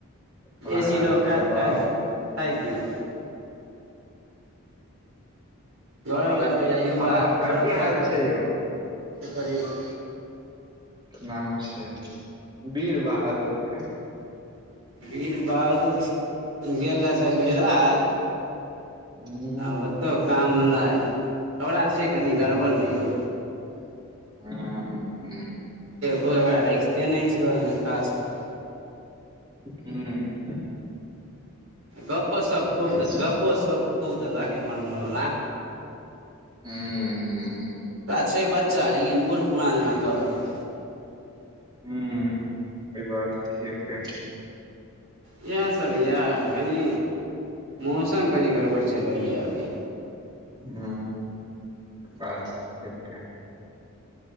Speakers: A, on the right (about 20°); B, on the right (about 70°).
A: महाराज
B: एसी लऽ
A: तेनबा
B: खाइत-खाइत थाकि गेन। घरव
A: आओर
B: लकै, युवा
A: आओर ओकर
B: घरव
A: की हाल
B: लकै
A: छै यौ
B: करियौ। <inaudible>
A: नाम छैइ बीर बहादुर के।
B: वीर बहादुर गेल रहौ सब गुजरात।
A: हूँ
B: आ ओतहु काम-धन्धा छौड़ा छैइ, कनि गड़बड़ नई यौ। ओइ।
A: हूँ हूँ
B: कोई ओकरा रखिते नहि छैइ खासमे।
A: हूंऽ, हूंऽ।
B: गप्पो सब खूब,
A: छी
B: गप्पो सब खूब देलक, एम्हर-उम्हरवला।
A: हूंऽ, हूंऽ।
B: छै बच्चा, लेकिन बूढ़-पुरान जेना गप भेल।
A: हँ, ई बात तऽ ठीके।
B: इएहसभ यए, कनी। मौसम कनि गड़बड़ चलि रहल यए अभी।
A: ह बात ठे छै